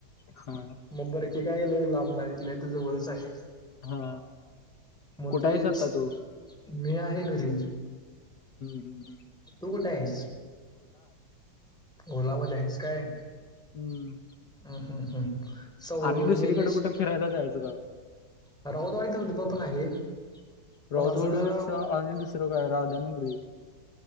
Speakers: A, on the left; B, in the centre.
A: हा.
B: मग बरंकी कायले लांब नाय इथले त्या जवळच आहे.
A: हा
B: मग
A: कुठे
B: तेच
A: आहेस आता तू
B: मी आहे घरी.
A: हम् हम हम
B: तू कुठे आहेस ओला मधे आहेस काय?
A: हम्म
B: हम् हम्म हम्म सौ
A: आणि दुसरीकडे
B: निलेश
A: कुठे फिरायला जायचं का
B: राऊतवाडीचुबा पण आहे.
A: राऊत
B: पण अजून
A: ओढूपेक्षा
B: जरा
A: आणि दुसरं काय राध नगरीय.